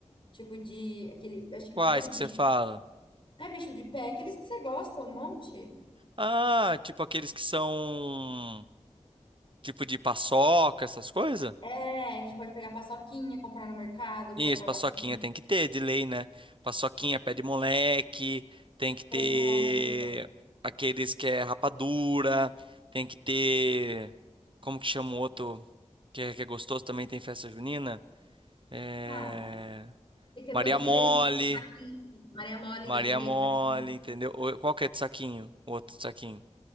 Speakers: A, on the left; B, on the right.
A: Tipo, de aquele. Acho que
B: Quais
A: não é esse
B: que
A: bicho.
B: você fala?
A: Não é bicho de pé, é aqueles que você gosta, um monte.
B: Ah, tipo aqueles que são... Tipo de paçoca, essas coisas?
A: É, a gente pode pegar paçoquinha, comprar no mercado,
B: Isso,
A: comprar
B: paçoquinha
A: bastante.
B: tem que ter, de lei, né? Paçoquinha, pé de moleque, tem que ter
A: Pé de moleque, isso.
B: aqueles que é rapadura, tem que ter... Como que chama o outro que é, que é gostoso, também tem festa junina? É...
A: Qual? Tem que ter
B: Maria
A: doce
B: Mole...
A: de leite, saquinho. Maria mole,
B: Maria
A: doce de leite,
B: mole,
A: saquinho.
B: entendeu? Ou- Qual que é de saquinho? O outro de saquinho.